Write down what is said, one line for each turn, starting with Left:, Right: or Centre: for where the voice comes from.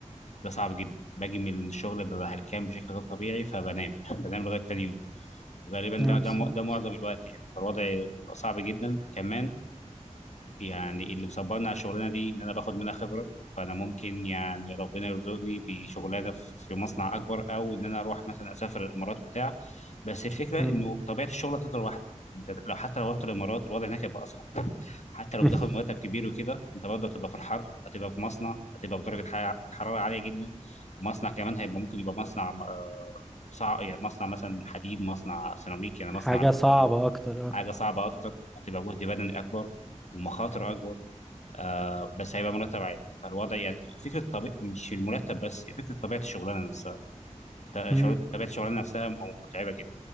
Left: ده صعب جدا باجي من الشغل ببقى هلكان بشكل غير طبيعي فبنام <laughs> بنام لغايه تاني يوم غالبا
Centre: آه،
Left: ده
Centre: بالظبط
Left: ده م- ده معظم الوقت يعني فالوضع بيبقى صعب جدا كمان يعني اللي مصبرني على الشغلانه دي ان انا باخد منها خبره فانا ممكن يعني ربنا يرزقني بشغلانه في في مصنع اكبر او ان انا اروح مثلا اسافر الامارات وبتاع بس الفكره
Centre: امم
Left: انه طبيعه الشغل هتفضل واحده يعني انت لو حتى لو رحت الامارات الوضع هناك هيبقى اصعب حتى لو
Centre: <laughs>
Left: بتاخد مرتب كبير وكده انت برضه هتبقى في الحر هتبقى في مصنع هتبقى في درجه حرا- حراره عاليه جدا مصنع كمان هيبقى ممكن يبقى مصنع آه، صع... يعني مصنع مثلا حديد مصنع سيراميك يعني مصنع
Centre: حاجة صعبة أكتر أه
Left: حاجه صعبه اكتر هتبقى جهد بدني اكبر ومخاطر اكبر آه بس هيبقى مرتب عالي فالوضع يعني فكره طبيعي مش المرتب بس هي فكره طبيعه الشغلانه نفسها تا-
Centre: مم.
Left: شغل- طبيعه الشغلانه نفسها م- متعبه جدا